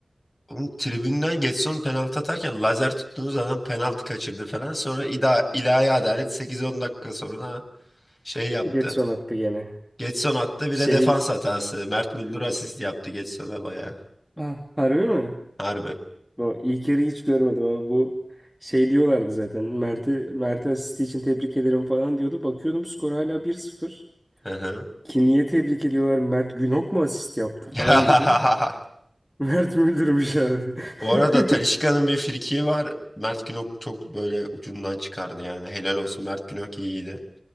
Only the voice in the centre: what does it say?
Getson attı gene.
Şey
ha, harbi mi?
Bu ilk yarıyı hiç görmedim abi bu şey diyorlardı zaten. Mert'i Mert'e asisti için tebrik ederim falan diyordu. Bakıyordum skor hala bir sıfır.
Ki niye tebrik ediyorlar? Mert Günok mu asist yaptı falan
dedim. <laughs> Mert Müldürmüş abi.
<laughs>